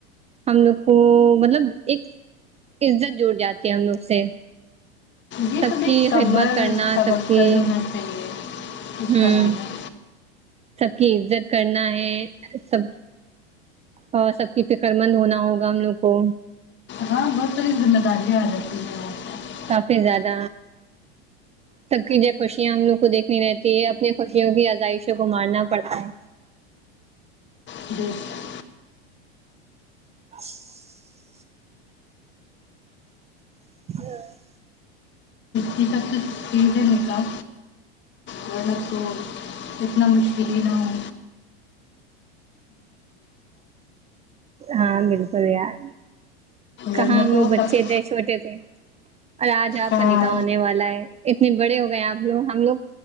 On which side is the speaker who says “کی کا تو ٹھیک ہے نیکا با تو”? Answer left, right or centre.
Left